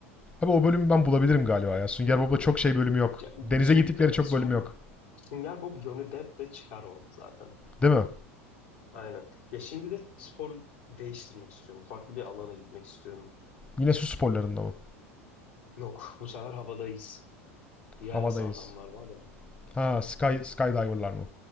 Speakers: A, on the left; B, on the left.
A: Abi o bölümü ben bulabilirim galiba ya. Sünger Bob'da çok şey bölümü yok.
B: Ya,
A: Denize
B: Süng-
A: gittikleri
B: ya,
A: çok
B: Süng-
A: bölüm yok.
B: Sünger Bob Johnny Depp de çıkar o zaten.
A: Değil mi?
B: Aynen. Ya şimdi de spor değiştirmek istiyorum. Farklı bir alana gitmek istiyorum.
A: Yine su sporlarında mı?
B: Yok, bu sefer havadayız. Yarasa
A: Havadayız.
B: adamlar var ya.
A: Ha, sky, skydiver'lar mı?